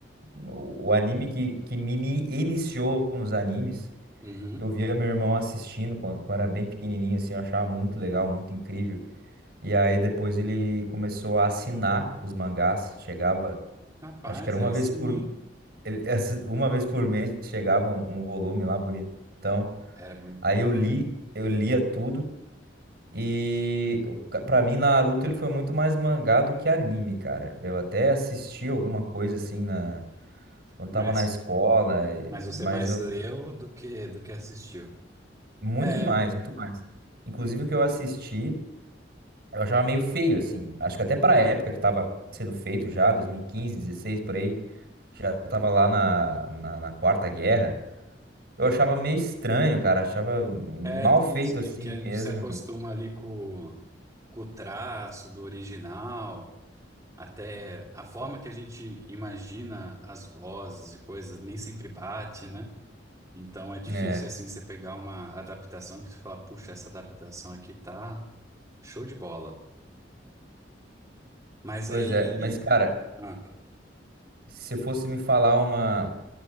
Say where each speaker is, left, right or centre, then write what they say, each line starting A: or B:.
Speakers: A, on the right (about 60°); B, on the right (about 20°).
A: o, o anime que, que me ini- iniciou nos animes.
B: Uhum.
A: Eu via meu irmão assistindo quando, quando era bem pequenininho, assim, eu achava muito legal, muito incrível. E aí depois ele começou a assinar os mangás. Chegava,
B: Rapaz,
A: acho que era uma
B: aí
A: vez
B: sim.
A: por ele- <laughs> essa- uma vez por mês chegava um, um volume lá bonitão.
B: Era bonito.
A: Aí eu li, eu lia tudo e o ca- pra mim Naruto ele foi muito mais mangá do que anime, cara. Eu até assisti alguma coisa assim na quando
B: Mas,
A: tava na escola,
B: uhum.
A: e-
B: mas você
A: mas
B: é mais
A: eu
B: leu do que, do que assistiu.
A: muito
B: É.
A: mais, muito mais. Inclusive o que eu assisti Eu achava meio feio, assim. Acho que até pra época que tava sendo feito já, 2015 dezesseis por aí, já tava lá na, na, na Quarta Guerra. Eu achava meio estranho, cara. Achava mal
B: É, tem
A: feito
B: isso que,
A: assim
B: que a gente
A: mesmo.
B: se acostuma ali com, com o traço do original, até a forma que a gente imagina as vozes e coisas nem sempre bate, né? Então é difícil
A: É,
B: assim você pegar uma adaptação que você fala, puxa, essa adaptação aqui tá show de bola. Mas
A: pois
B: aí,
A: é. Mas, cara,
B: ah,
A: se fosse me falar uma,